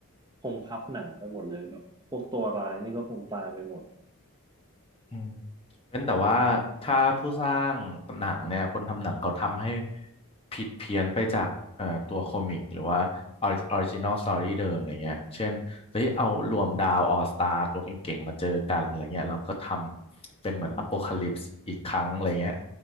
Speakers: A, on the right; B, on the left.
A: คงพับหนังไปหมดเลยแบบพวกตัวร้ายนี่ก็คงตายไปหมด
B: อืม เว้นแต่ว่าถ้าผู้สร้างหนังเนี่ยคนทำหนังเขาทำให้ผิดเพี้ยนไปจากเอ่อตัวคอมิกหรือว่าออริจินอลสตอรี่เดิมอะไรเงี้ยเช่นเฮ้ยเอารวมดาวออสตาร์ตัวเก่งๆมาเจอกันอะไรเงี้ยเราก็ทำเป็นเหมือนอโ
A: อืม
B: o คาลิปส์อีกครั้งอะไรเงี้ย